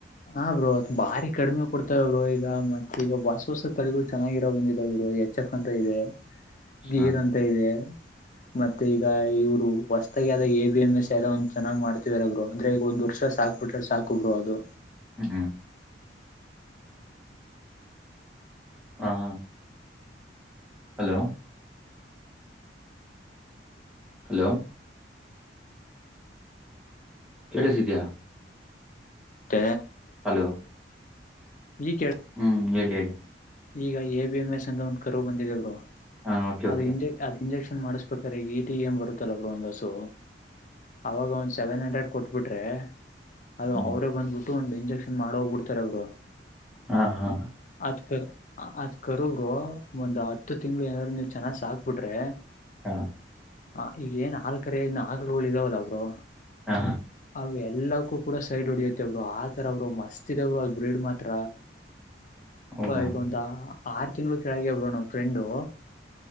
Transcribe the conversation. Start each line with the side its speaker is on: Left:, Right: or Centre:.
Left: ಹಾ ಬರು ಅತ್ ಬಾರಿ ಕಡಿಮೆ ಕೊಡ್ತಾವ ಅವರು ಈಗ ಮತ್ ಈಗ ಹೊಸ ಹೊಸ ತಡೆಗಳು ಚೆನ್ನಾಗಿರೋ ಬಂದಿದಾವರು ಎಚ್ ಎಫ್ ಅಂತ ಇದೆ ಗೀರ್
Centre: ಹ
Left: ಅಂತ ಇದೆ ಮತ್ತೆ ಈಗ ಹೊಸ್ದಾಗಾವ ಎ ಬಿ ಎಂ ಎಸ್ ಯಾವ ಒ್ ಚನ್ನಾಗಿ ಮಾಡ್ತತಿವರರು ಅ್ರ ಈಗ ಒಂದ್ ವರ್ಷ ಸಾಕಕ್ ಬಿಟ್ರೆ ಸಾಕುಬ್ರು ಅದು
Centre: ಹ್ಮ ಹಾ ಹ ಹಲೋ ಹಲೋ ಕೇಳಿಸಿದ್ಯಾ
Left: ಹ
Centre: ಹಲೋ
Left: ಈ ಕ
Centre: ಹ್ಮ್ ಹೇಳಿ ಹೇಳಿ
Left: ಈಗ ಎ ಬಿ ಎಂ ಎಸ್ ಅಂದ ಒಂದ್ ಕರು ಬಂದಿದೆವರು
Centre: ಹ ಓಕೆ
Left: ಅದ
Centre: ಓಕೆ
Left: ಇಂಜೆ ಅದ್ ಇಂಜೆಕ್ಷನ್ ಮಾಡಸ್್ಬೇಕ್ರ ಈಗ ಈಟಿ ಏನ್ ಬರುತ್ತಲ್ಲ ಬ್ರ ಒಂದಸು ಅವಾಗ ಒಂದ್ ಸೆವೆನ್ ಹಂಡ್ರೆಡ್ ಕೊಟ್ಬಿಟ್ರೆ ಅದು
Centre: ಹ್ಮ್
Left: ಅವರೇ ಬಂದ್ಬಿಟ್ಟು ಒಂದು ಇಂಜೆಕ್ಷನ್ ಮಾಡೋಗ್ಬ ಬಿಡ್ತಾರೆ ಅವರು
Centre: ಹಾ ಹಾ
Left: ಅದ್ ಕರ್ ಅದ್ ಕರರು ಒಂದ್ ಹತ್ತು ತಿಂಗ್ಳ ಏನಾದ್ರು ನೀವ್ ಚೆನ್ನಾಗ್ ಸಾಕ್ಬಿಟ್ರಿ
Centre: ಹಾ
Left: ಹ ಈಗ ಏನ್ ಹಾಲ್ ಕರೆ ಇನ್ನು ಆಕಲು ಹುಳ ಇದಾವದಬ್ರು
Centre: ಹಾ
Left: ಅವ ಎಲ್ಲಕ್ಕೂ ಕೂಡ ಸೈಡ್ ಹೊಡಿಯತಿವರು ಆತರ ಅವರು ಮಸ್ತ್ ಇದವರು ಅದ ಬ್ರೀಡ್ ಮಾತ್ರ
Centre: ಹೌದಾ
Left: ಈಗ ಒಂದ ಆರು ತಿಂಗಳು ಕೆಳಗೆಬರು ನ್ ಫ್ರೆಂಡು